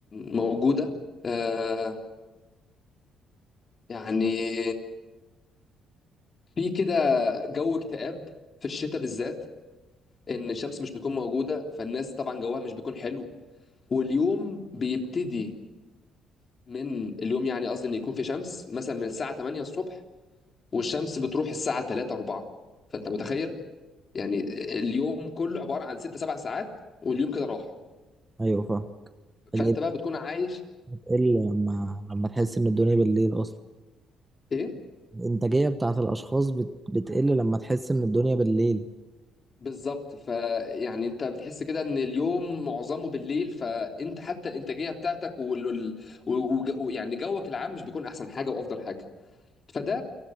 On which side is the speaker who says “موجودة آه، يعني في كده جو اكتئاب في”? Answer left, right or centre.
Left